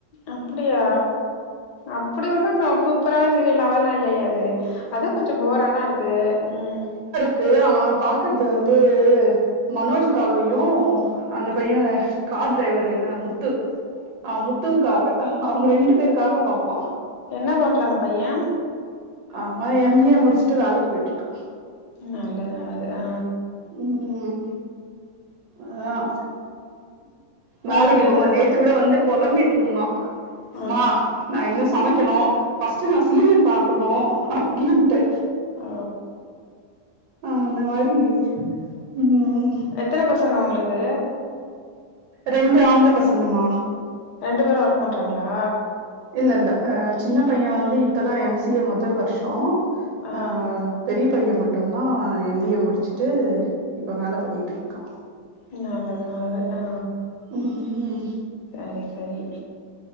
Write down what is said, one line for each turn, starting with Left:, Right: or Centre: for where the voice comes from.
Left: அப்டியா அப்டி ஒன்னு அங்க சூப் ப்ரா செரி லெவல்லா இல்லையே அது அதுவும் கொஞ்சோ போராதா இருக்கு ம்
Right: க்கு அவே பாக்குறது வந்து மனோஜ்காகயு அந்த பையே கார் டிரைவர்ரு முத்து ஆ முத்துவுக்காக அவுங்க ரெண்டு பேருக்காக பாப்பான்
Left: என்ன பண்றாங்க பையே
Right: அவே எம் பி ஏ முடிச்சுட்டு வேலக்கீ போயிட்டு இருக்கா
Left: நல்லது நல்லது அ
Right: ம் அதான்
Left: உங்களுக்கு
Right: வேலக்கி போம்போது
Left: எத்தன
Right: நேத்து கூட வந்து பொலம்பிட்ருந்தா
Left: ஆ
Right: மா நா இன்னு சமக்கெணு ஃபஸ்ட்டு நா சீரியல் பாக் கணு அப்டின்ட்டு
Left: ஒ
Right: அந்த மாரி ம்
Left: எத்தன பசங்க ஒங்களுக்கு
Right: ரெண்டு ஆம்பள பசங்கமா
Left: ரெண்டு பேரு ஒர்க் பண்றாங்களா?
Right: இல்லல்ல அ சின்ன பையே வந்து இப்போதா எம் சி ஏ மொதல் வர்ஷோ
Left: ஆ
Right: அ பெரிய பைய மட்டுதா எம் பி ஏ முடிச்சுட்டு இப்ப வேல பண்ணிட்டு இருக்கா
Left: ம் நல்லது நல்லது அ
Right: ம் ம்
Left: சேரி சேரி